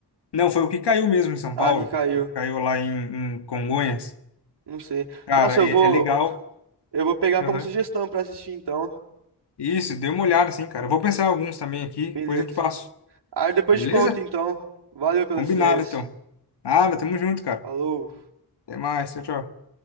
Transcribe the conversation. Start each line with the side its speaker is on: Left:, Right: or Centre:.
Left: Não, foi o que caiu mesmo em São
Right: Ah,
Left: Paulo,
Right: que caiu.
Left: que caiu lá em, em Congonhas.
Right: Não sei.
Left: Cara,
Right: Nossa, eu
Left: é,
Right: vou,
Left: é legal.
Right: eu vou pegar
Left: Aham.
Right: como sugestão pra assistir então.
Left: Isso, dê uma olhada assim, cara. Eu vou pensar em alguns também aqui,
Right: Beleza.
Left: depois eu te passo.
Right: Aí depois
Left: Beleza?
Right: te conto, então. Valeu pelas
Left: Combinado,
Right: ideias.
Left: então. Nada, tamo junto, cara.
Right: Falou.
Left: Até mais, tchau, tchau.